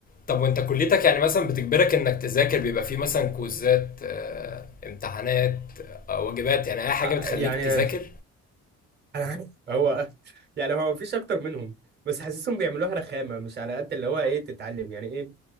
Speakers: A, on the left; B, on the right.
A: طب وانت كليتك يعني مثلا بتجبرك انك تذاكر بيبقى فيه مثلا كوزات آه، امتحانات آه، واجبات يعني اي حاجه
B: ع-
A: بتخليك
B: يعني
A: تذاكر
B: انا <laughs> عارف هو يعني هو مفيش اكتر منهم بس حاسسهم بيعملوها رخامة مش على قد اللي هو ايه تتعلم يعني ايه